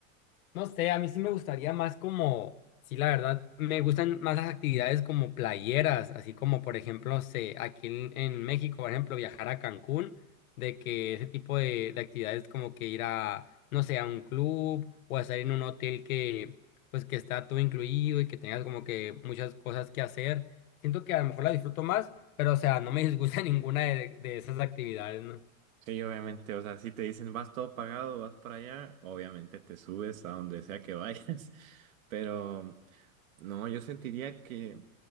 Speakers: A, on the left; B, on the right.
A: no sé, a mí sí me gustaría más como, sí, la verdad, me gustan más las actividades como playeras, así como, por ejemplo, no sé, aquí en, en México, por ejemplo, viajar a Cancún, de que ese tipo de, de actividades como que ir a, no sé, a un club o estar en un hotel que, pues, que está todo incluido y que tengas como que muchas cosas que hacer. Siento que a lo mejor la disfruto más, pero, o sea, no me disgusta <laughs> ninguna de, de esas actividades, ¿no?
B: Sí, obviamente, o sea, si te dicen vas todo pagado, vas para allá, obviamente te subes a donde sea que vayas, <laughs> pero no, yo sentiría que,